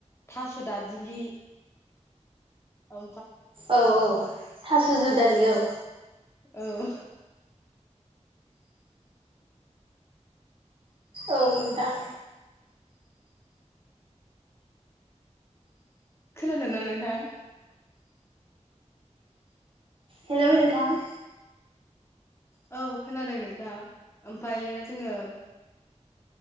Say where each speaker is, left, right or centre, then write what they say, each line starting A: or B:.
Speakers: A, on the left; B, on the right.
A: थास' दादुलि आ
B: औ औ थास' जु दालि औ।
A: औ
B: औ नोंथां।
A: खोनादोंना नोंथां?
B: हेलौ नोंथां।
A: औ खोनादोंनो नोंथां ओमफ्रायो जोंङो